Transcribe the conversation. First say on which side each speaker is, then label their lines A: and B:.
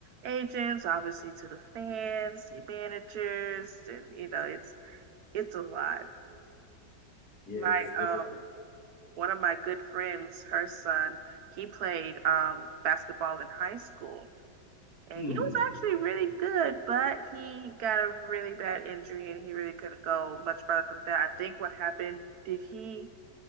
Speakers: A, on the right; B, on the left.
A: agents, obviously to the fans, the managers, and you know, it's it's a lot.
B: Yes,
A: My
B: definitely.
A: um one of my good friends, her son, he played um basketball in high school, and
B: Hmm.
A: he was actually really good, but he got a really bad injury and he really couldn't go much further from that. I think what happened, did he